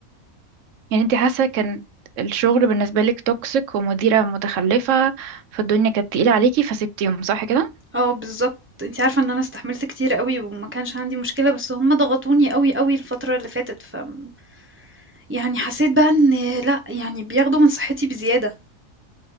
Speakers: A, on the right; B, on the right.
A: يعني انتي حاسه كان الشغل بالنسبه لك توكسيك ومديره متخلفه فالدنيا كانت تقيله عليكي فسبتيهم صح كده
B: آه بالضبط، أنتِ عارفة إن أنا استحملت كتير أوي وما كانش عندي مشكلة، بس هُم ضغطوني أوي، أوي الفترة اللي فاتت، فم يعني حسّيت بقى إن لأ، يعني بياخدوا من صحّتي بزيادة،